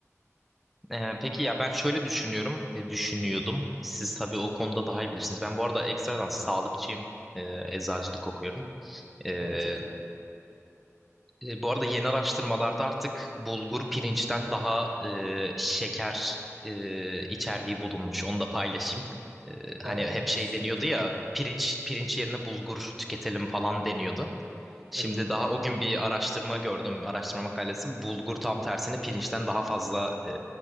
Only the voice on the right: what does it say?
Aa, çok iyi.
Aa,
s-
çok
iyi.
Evet.